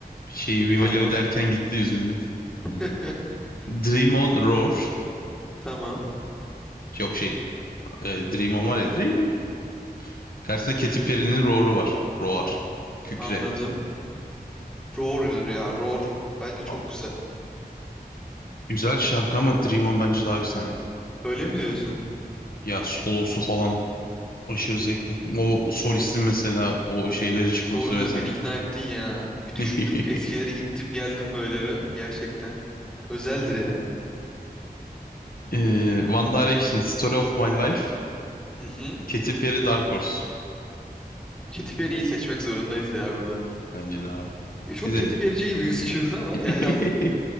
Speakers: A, on the left; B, in the centre.
A: şeyi Viva
B: Tamam.
A: La derken gitti üzüldüm.
B: <laughs>
A: Dream On Roar.
B: Tamam.
A: Yok şey e, Dream On var ya. Dream On. Karşısında Katy Perry'nin Roar'u var. Roar. Kükre.
B: Anladım. Roar'dır ya. Roar. Bence çok
A: Aa,
B: güzel.
A: Güzel şarkı ama Dream On bence daha efsane.
B: Öyle mi diyorsun?
A: Ya solosu falan aşırı zevkli.
B: Hmm.
A: O solistin mesela o şeyleri çıkması
B: Doğru
A: vesaire.
B: dön. Beni ikna ettin ya. Bir düşündüm.
A: <laughs>
B: Eskileri gittim geldim böyle bir. Gerçekten. Özeldir ya.
A: Ee, One Direction, Story of My Life,
B: Hı hı.
A: Katy Perry, Dark Horse.
B: Katy Perry'yi seçmek zorundayız ya burada.
A: Bence de abi.
B: Ya Çok
A: Bir de
B: Katy Perry'ci gibi <laughs> gözüküyoruz ama
A: <laughs>
B: yani aslında